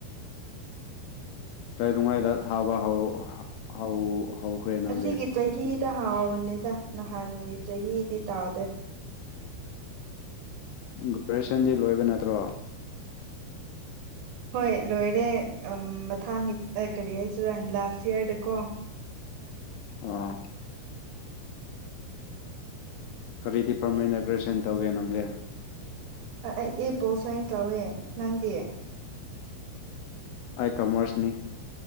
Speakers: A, on the left; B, on the right.
A: ꯀꯩꯗꯉꯩꯗ ꯊꯥꯕ ꯍꯧ ꯍꯧꯈ꯭ꯔꯦ ꯅꯪꯗꯤ
B: ꯑꯁꯤꯒꯤ ꯆꯍꯤꯗ ꯍꯥꯎꯕꯅꯤꯗ ꯅꯍꯥꯟꯒꯤ ꯆꯍꯤꯗꯤ ꯇꯥꯎꯗꯦ
A: ꯒ꯭ꯔꯦꯖꯨꯋꯦꯁꯟꯗꯤ ꯂꯣꯏꯕ ꯅꯠꯇ꯭ꯔꯣ
B: ꯍꯣꯏ ꯂꯣꯏꯔꯦ ꯃꯊꯪꯒꯤ ꯀꯔꯤ ꯍꯥꯏꯁꯤꯔꯥ ꯂꯥꯁ ꯌꯥꯔꯗꯀꯣ
A: ꯑꯥ ꯀꯔꯤ ꯗꯤꯄꯥꯔꯃꯦꯟꯗ ꯒ꯭ꯔꯦꯖꯨꯑꯦꯁꯟ ꯇꯧꯒꯦ ꯅꯪꯗꯦ
B: ꯑꯩꯗꯤ ꯄꯣꯜ ꯁꯥꯏꯟꯁ ꯂꯧꯋꯦ ꯅꯪꯗꯤ
A: ꯑꯩ ꯀꯃꯔꯁꯅꯤ